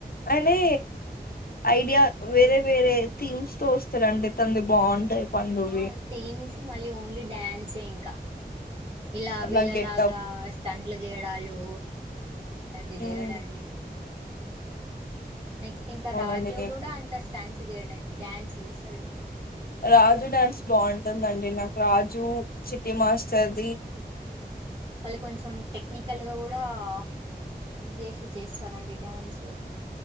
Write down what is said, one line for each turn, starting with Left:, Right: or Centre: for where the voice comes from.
Left: అదే ఐడియా వేరే వేరే థీమ్స్ తో వస్తాడు అండి తనది బాగుంటాయి పండువి
Right: ఆ థీమ్స్ మళ్ళీ ఓన్లీ డ్యాన్సే ఇంకా ఇలా
Left: అలా
Right: వీళ్ళలాగా
Left: గెట్టప్
Right: స్టంట్లు చేయడాలు అలాంటివి
Left: మ్మ్
Right: చేయడండి నెక్స్ట్ ఇంకా
Left: అవునండి
Right: రాజు
Left: నేను
Right: కూడా అంత స్టంస్ చేయడండి డ్యాన్స్ చేస్తడు
Left: రాజు డ్యాన్స్ బాగుంటుందండి నాకు రాజు చిటి మాస్టర్
Right: మ్మ్మ్మ్ వాళ్ళు కొంచెం టెక్నికల్ గా కూడా కూడా యూస్ చేసి చేస్తారండి డ్యాన్స్